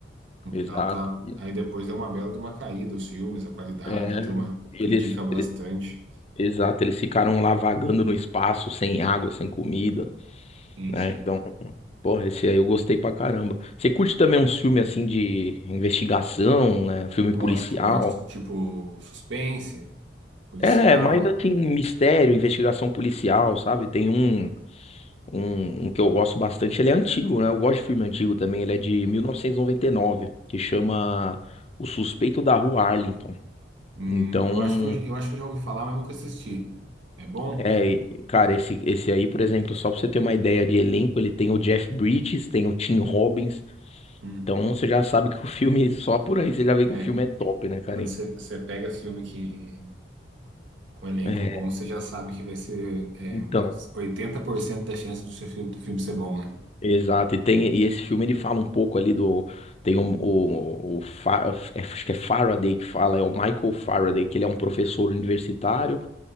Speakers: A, on the left; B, on the right.
A: exato.
B: Ela tá.
A: E-
B: Aí depois deu uma bela de uma caída, os filmes, a qualidade,
A: É,
B: a turma
A: eles,
B: critica bastante.
A: ele- exato, eles ficaram lá vagando no espaço, sem água, sem comida,
B: Sim,
A: né?
B: sim.
A: Então, porra, esse aí eu gostei pra caramba. Você curte também uns filmes assim de investigação, né? Filme
B: Gosto,
A: policial?
B: gosto. Tipo, suspense, policial,
A: É, mais assim,
B: né?
A: mistério, investigação policial, sabe? Tem um, um, um que eu gosto bastante, ele é antigo, né? Eu gosto de filme antigo também, ele é de mil novecentos e e noventa e nove, que chama O Suspeito da Rua Arlington.
B: Hum,
A: Então,
B: eu acho que eu, eu acho que eu já ouvi falar, mas nunca assisti. É bom?
A: é, cara, esse, esse aí, por exemplo, só pra você ter uma ideia de elenco, ele tem o Jeff Bridges, tem o Tim Robbins,
B: Hum.
A: então você já sabe que o filme, <laughs> só por aí você já vê que
B: É,
A: o filme é top, né, cara?
B: quando
A: <clears throat>
B: você você pega filme que com elenco
A: É,
B: bom, você já sabe que vai ser é,
A: então.
B: 80% da chance do seu filme, do filme ser bom, né?
A: Exato, e tem e esse filme ele fala um pouco ali do tem um- o, o, Fa- é, acho que é Faraday que fala, é o Michael Faraday, que ele é um professor universitário